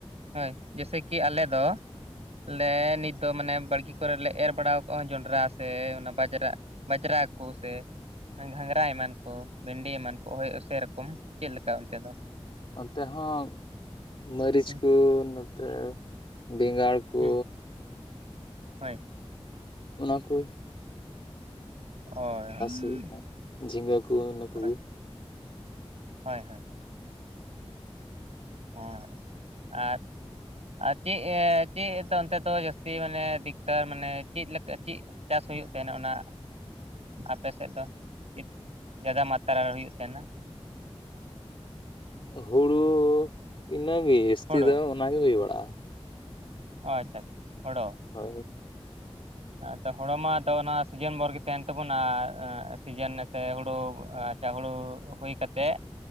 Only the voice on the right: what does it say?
ᱦᱳᱭ, ᱡᱟᱥᱮ ᱠᱤ ᱟᱞᱮ ᱫᱚ, ᱞᱮ ᱱᱤᱛ ᱫᱚ ᱢᱟᱱᱮ ᱵᱟᱲᱜᱮ ᱠᱚᱨᱮ ᱞᱮ ᱮᱨ ᱵᱟᱲᱟᱣ ᱠᱟᱜᱼᱟ᱾ ᱡᱚᱱᱰᱨᱟ ᱥᱮ ᱚᱱᱟ ᱵᱟᱡᱽᱨᱟᱜ ᱵᱟᱡᱽᱨᱟ ᱠᱚ ᱥᱮ᱾ ᱜᱷᱟᱸᱜᱽᱨᱟ ᱮᱢᱟᱱ ᱠᱚ, ᱵᱷᱮᱱᱰᱤ ᱮᱢᱟᱱ ᱠᱚ, ᱦᱚᱭ, ᱚᱥᱮᱨᱚᱠᱚᱢ, ᱪᱮᱫ ᱞᱮᱠᱟ ᱚᱱᱛᱮ ᱫᱚ?
ᱦᱩᱸ
ᱦᱩᱸ ᱦᱳᱭ᱾
ᱦᱳᱭ᱾
ᱦᱳᱭ
ᱦᱳᱭ᱾ ᱦᱩᱸ᱾ ᱟ ᱟᱨ ᱪᱮᱫ ᱮ ᱪᱮᱫ ᱮ ᱚᱱᱛᱮ ᱫᱚ ᱡᱟᱹᱥᱛᱤ ᱢᱟᱱᱮ ᱟᱹᱫᱷᱤᱠᱛᱟᱨ ᱢᱟᱱᱮ ᱪᱮᱫ ᱞᱮᱠᱟ, ᱪᱮᱫ ᱪᱟᱥ ᱦᱩᱭᱩᱜ ᱛᱟᱦᱮᱱᱟ ᱚᱱᱟ ᱟᱯᱮ ᱥᱮᱫ ᱫᱚ ᱪᱮᱫ ᱡᱟᱫᱟ ᱢᱟᱛᱨᱟ ᱦᱩᱭᱩᱜ ᱛᱟᱦᱮᱱᱟ?
ᱦᱳᱲᱳ
ᱚᱻ ᱟᱪᱪᱷᱟ ᱦᱚᱲᱚ᱾
ᱛᱚ ᱦᱚᱲᱳ ᱢᱟ ᱟᱫᱚ ᱚᱱᱟ ᱥᱤᱡᱤᱱ ᱵᱷᱚᱨ ᱜᱮ ᱛᱟᱦᱮᱱ ᱛᱟᱵᱚᱱᱟ ᱥᱤᱡᱮᱱ ᱥᱮ ᱦᱩᱲᱩ, ᱪᱟᱹ ᱦᱩᱲᱩ ᱦᱩᱭ ᱠᱟᱛᱮᱜ